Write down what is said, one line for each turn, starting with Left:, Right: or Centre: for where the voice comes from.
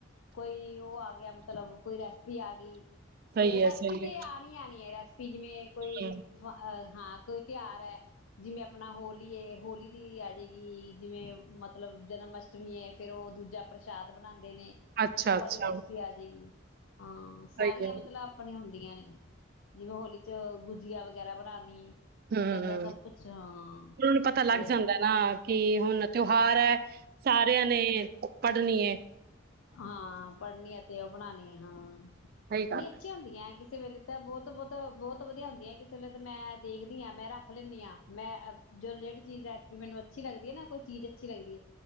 Left: ਕੋਈ ਔ ਆ ਗਿਆ ਮਤਲਬ ਕੋਈ ਰੈਸਪੀ ਆ ਗੀ।
Right: ਸਹੀ
Left: ਤੇ ਰੈਸਪੀ
Right: ਹੈ ਸਹੀ
Left: ਤੇ
Right: ਹੈ
Left: ਆਣੀ ਆਣੀ ਐ ਰੈਸਪ ਜਿਵੇਂ ਕੋਈ
Right: ਹਮ
Left: ਅ ਹ ਹਾਂ। ਕੋਈ ਤਿਉਹਾਰ ਹੈ ਜਿਵੇਂ ਆਪਣਾ ਹੋਲ ਹੋਲੀ ਏ। ਹੋਲੀ ਦੀ ਆ ਜੇਗੀ ਜਿਵੇਂ ਮਤਲਬ ਜਨਮ ਅਸ਼ਟਮੀ ਏ ਫੇਰ ਓਹ ਦੂਜਾ ਪ੍ਰਸ਼ਾਦ ਬਣਾ ਦੇ ਨੇ
Right: ਅੱਛਾ
Left: ਔ
Right: ਅੱਛਾ
Left: ਵਾਲੀ ਰੈਸਪੀ ਆ ਜੇਗੀ। ਹਾਂ, ਸਾਰੀਆਂ
Right: ਸਹੀ ਹੈ
Left: ਮਤਲਬ ਆਪਣੇ ਹੁੰਣ ਦੀਆਂ ਨੇ ਜਿਵੇਂ ਹੋਲੀ ਚ ਗੁਜੀਆ ਵਗ ਵਗੈਰਾ ਬਣਾਉਣੀ।
Right: ਹਮ,
Left: ਏਦਾਂ ਸਭ ਕੁਛ ਹਾਂ
Right: ਉਹਨਾਂ ਨੂੰ ਪਤਾ ਲੱਗ
Left: ਤੇ
Right: ਜਾਂਦਾ ਹੈ ਨਾ ਕਿ ਹੁਣ ਤਿੳ ਬਾ੍ਹਰ ਹੈ, ਸਾਰਿਆਂ ਨੇ ਪੜ੍ਹਨੀ ਏ।
Left: ਹਾਂ ਪੜ੍ਹਨੀ ਐ ਤੇ ਔ ਬਣਾਉਣੀ ਐ ਹਾਂ
Right: ਸਹੀ ਗੱਲ
Left: ਨੀ ਅੱਛੀਆਂ
Right: ਹੈ
Left: ਹੁੰਦੀਐ ਕਿਸ ਇਸੇ ਵੇਲੇ ਤਾਂ ਬੋਤ ਬੌਤ, ਬੌਤ ਵਧੀਆ ਹੁੰਦੀਐ ਕਿਸੇ ਵੇਲੇ ਤਾਂ ਮੈਂ ਦੇਖਦੀ ਆਂ ਮੈਂ ਰੱਖ ਲੈਂਦੀ ਆਂ ਮੈਂ ਜੋ ਜਿਹੜੀ ਚੀਜ਼ ਰੈਸਪੀ ਮੈਨੂੰ ਅੱਛੀ ਲੱਗਦੀ ਏ ਨਾ ਕੋਈ ਚੀਜ਼ ਅੱਛੀ ਲੱਗਦੀ ਏ